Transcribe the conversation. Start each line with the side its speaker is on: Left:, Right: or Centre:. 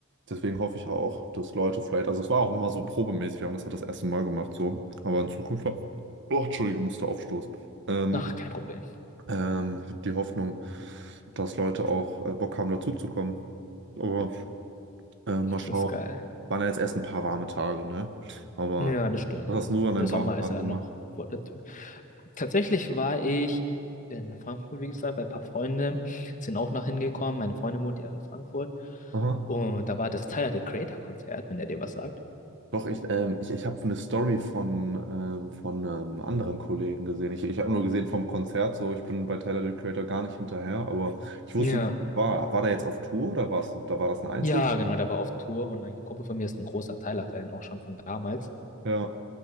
Right: Deswegen hoffe ich auch, dass Leute vielleicht, also es war auch nur mal so probemäßig, wir haben das halt das erste Mal gemacht, so, aber in Zukunft, oh, Entschuldige, musste aufstoßen. Ähm,
Left: Ach, kein Problem.
Right: ähm, hab die Hoffnung, dass Leute auch äh, Bock haben, dazuzukommen. Aber äh, mal
Left: Das
Right: schauen.
Left: ist geil.
Right: Waren ja jetzt erst ein paar warme Tage, ne? Aber
Left: Ja, das stimmt.
Right: was hast du nur an deinen
Left: Der Sommer
Right: warmen Tagen
Left: ist ja
Right: gemacht?
Left: noch vor der Tür. Tatsächlich war ich in Frankfurt, wie gesagt, bei ein paar Freunden sind auch noch hingekommen. Meine Freundin wohnt ja in Frankfurt.
Right: Aha.
Left: Und da war das Tyler, the Creator-Konzert, wenn der dir was sagt.
Right: Doch, ich, ähm, ich, ich habe eine Story von, ähm, von einem anderen Kollegen gesehen. Ich, ich habe nur gesehen vom Konzert, so ich bin bei Tyler the Creator gar nicht hinterher, aber ich wusste
Left: Ja.
Right: nicht, was war. War der jetzt auf Tour oder war's, da war das ein Einzel?
Left: Ja, genau, der war auf Tour und ein Kumpel von mir ist ein großer Tyler-Fan, auch schon von damals.
Right: Ja,